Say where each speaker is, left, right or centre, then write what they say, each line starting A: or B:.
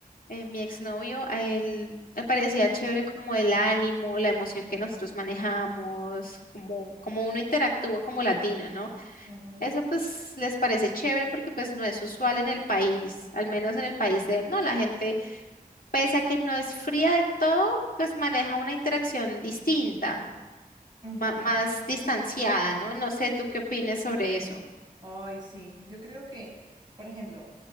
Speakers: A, on the left; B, on the right.
A: eh, mi exnovio, a él le parecía chévere como el ánimo, la emoción que nosotros manejamos, como, como uno interactúa como latino, ¿no?
B: Ajá.
A: Eso pues les parece chévere porque pues no es usual en el país, al menos en el país de él, ¿no? La gente, pese a que no es fría del todo, pues maneja una interacción distinta,
B: Ujú.
A: ma- más distanciada, ¿no? No sé, ¿tú qué opinas sobre eso?
B: Ay, sí, yo creo que, por ejemplo,